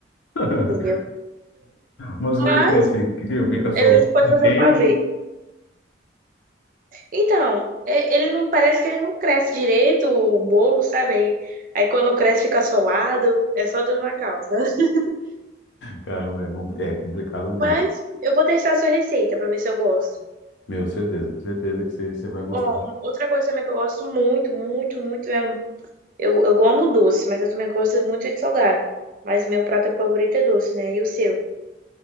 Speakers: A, on the left; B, on the right.
A: <laughs>
B: entendeu?
A: Mas
B: Mas
A: o que acontece? Que que fica solto,
B: eu posso fazer
A: queima.
B: o pavê. Então, é- ele não parece que ele não cresce direito, o bolo, sabe? Aí, aí quando cresce fica solado, é só Deus na causa. <laughs>
A: Cara, é, compli- é complicado mesmo.
B: Mas eu vou testar a sua receita pra ver se eu gosto.
A: Meu, certeza, certeza que você você vai gostar.
B: Ó, outra coisa também que eu gosto muito, muito, muito mesmo. Eu, eu amo doce, mas eu também gosto muito de salgado. Mas meu prato favorito é doce, né? E o seu?